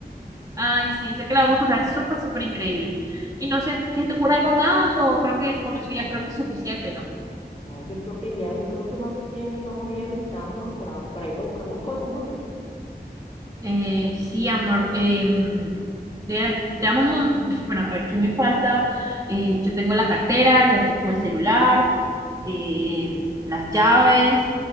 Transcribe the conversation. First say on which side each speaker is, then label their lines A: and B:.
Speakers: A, on the right; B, on the left.
A: Ay, sí, sé que la vamos a pasar súper, súper increíble. Y no sé, ¿qué te ocurre algo más? O creo que con eso ya creo que es suficiente, ¿no?
B: No, yo creo que ya, yo creo que más bien vamos a ir alistándonos para, para ir a buscar las cosas, ¿no crees?
A: Eh, sí, amor. em, de- dame un mom- bueno, a ver qué me falta. Eh, yo tengo la cartera, ya tengo el celular, eh, las llaves,